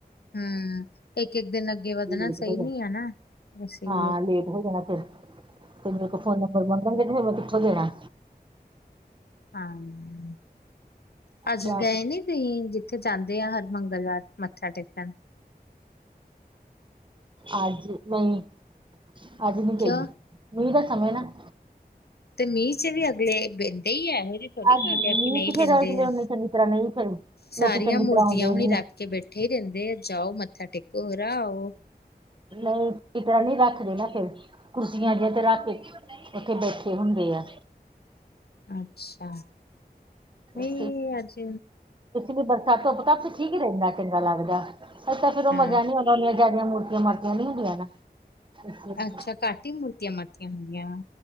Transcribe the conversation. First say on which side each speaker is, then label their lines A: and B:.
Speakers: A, on the left; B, on the right.
A: ਹੂੰ। ਇੱਕ-ਇੱਕ ਦਿਨ ਅੱਗੇ ਵੱਧਣਾ
B: ਲੇਟ
A: ਸਈ
B: ਹੋ ਜਾਣਾ
A: ਨੀ ਏ ਨਾ ਇਸੇ ਈ
B: ਹਾਂ
A: ਏ।
B: ਲੇਟ ਹੋ ਜਾਣਾ ਫਿਰ ਤੇ ਮੇਰੇ ਕੋਲ ਫੋਨ ਨੰਬਰ ਮੰਗਨਗੇ ਤੇ ਫੇਰ ਮੈਂ ਕਿੱਥੋਂ ਦੇਣਾ?
A: ਹਾਂ ਅੱਜ
B: ਜਾ
A: ਗਏ
B: ਕੇ
A: ਨਹੀਂ ਜਿੱਥੇ ਜਾਂਦੇ ਆ ਹਰ ਮੰਗਲਵਾਰ ਮੱਥਾ ਟੇਕਨ।
B: ਅੱਜ ਨਈ। ਅੱਜ ਨੀ ਗਈ
A: ਕਿਉਂ
B: ਮੀਂਹ ਦਾ ਸਮੇਂ ਨਾ।
A: ਤੇ ਮੀਂਹ ਚ ਵੀ ਅਗਲੇ ਬੈਂਦੇ ਈ ਆ ਇਹੋ ਜੇ ਔਹਨੀ
B: ਹਾਂਜੀ
A: ਕੈਂਦੇ ਅਸੀ ਨਹੀਂ
B: ਤੇ
A: ਦਿੰਦੇ
B: ਫਿਰ ਅਗਲੇ
A: ਆ
B: ਉਹਨੇ ਚੰਗੀ ਤਰ੍ਹਾਂ ਨਹੀਂ ਫਿਰ
A: ਸਾਰੀਆਂ
B: ਲੋਕੀ ਚੰਗੀ
A: ਮੂਰਤੀਆਂ
B: ਤਰ੍ਹਾਂ ਆਉਂਦੇ
A: ਹੁਨੇਈ
B: ਨੀ
A: ਰੱਖ।
B: ਆ
A: ਕੇ ਬੈਠੇ ਰੈਂਦੇ ਆ ਜਾਔ ਮੱਥਾ ਟੇਕੋ ਔਰ ਆਔ।
B: ਨਹੀਂ ਜਾਲੀ ਰੱਖਦੇ ਨਾ ਫੇਰ ਕੁਰਸੀਆਂ ਅਜੇ ਤੇ ਰਖ। ਉੱਥੇ ਬੈਠੇ ਹੁੰਦੇਆ।
A: ਅੱਛਾ। ਨਹੀਂ
B: ਇਸ
A: ਅੱਜ
B: ਵੀ ਬਰਸਾਤ ਤੋਂ ਪਤਾ ਆਪ ਠੀਕ ਈ ਰੈਂਦਾ। ਫੇਰ ਚੰਗਾ ਲੱਗਦਾ। ਹਜੇ ਤਾਂ ਫੇਰ ਔਹ
A: ਹਾਂ
B: ਮਜ਼ਾ ਨੀ ਆਂਦਾ ਹੋਂਦਾ ਜੈਦੀਆਂ ਮੂਰਤੀਆਂ ਮਾਰਤੀਆਂ ਨੀ ਹੁੰਦੀਆਂ ਨਾ। ਇਸ ਲਈ
A: ਅੱਛਾ, ਘੱਟ ਈ ਮੂਰਤੀਆਂ ਮਾਰਤੀਆਂ ਹੁੰਦੀਆਂ।